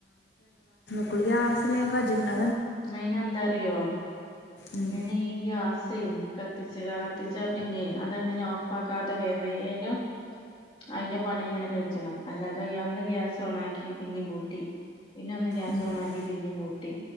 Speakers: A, on the left; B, on the left.
A: നളയാ ആസമേ ജമീന
B: നൈനന്തറിയോ
A: ഉം,
B: ഇനെക കത്തിച്ചുക കത്തിച്ചാ പിന്നെ അതെങ്ങനെ ഓഫ് ആാക്കാതെ വേഗം അതിന്റെ പണി അങ്ങനെ കഴിക്കണം അല്ലാതെ ഒന്ന് ഗ്യാസ് ഓണ ആാക്കി പിന്നെയും പൂട്ടി പിന്നെ ഒന്ന് ഗ്യാസ്
A: ഉം,
B: ഓൺ ആക്കി പിന്നി മൂട്ടി